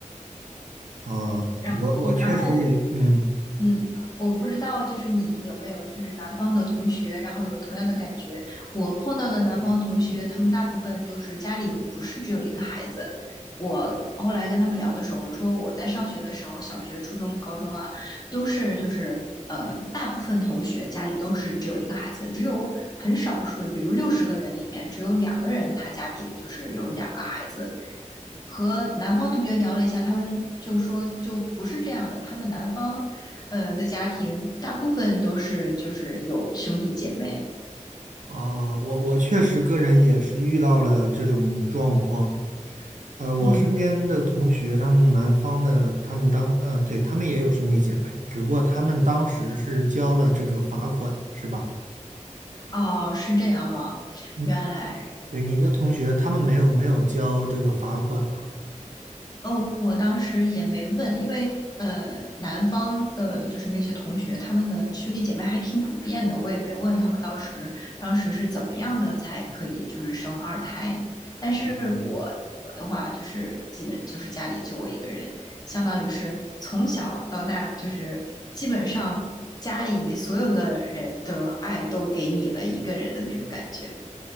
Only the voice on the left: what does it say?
然后然后
嗯，我不知道，就是你有没有就是南方的同学，然后有同样的感觉。我碰到的南方同学，他们大部分就是家里不是只有一个孩子。我后来跟他们聊的时候，我说我在上学的时候，小学、初中、高中啊，都是就是呃，大部分同学家里都是只有一个孩子，只有很少数的，比如六十个人里面只有两个人他家里就是有两个孩子。和南方同学聊了一下，他们就说就不是这样的，他们南方，呃的家庭大部分都是就是有兄弟姐妹，
嗯，
哦，是这样吗？
原来。
哦，我当时也没问，因为呃，南方的就是那些同学，他们的兄弟姐妹还挺普遍的，我也没问他们当时当时是怎么样的才可以就是生二胎。但是我我的话就是基本就是家里就我一个人，
相当于是从小到大就是基本上家里所有的人的爱都给你了一个人的那种感觉。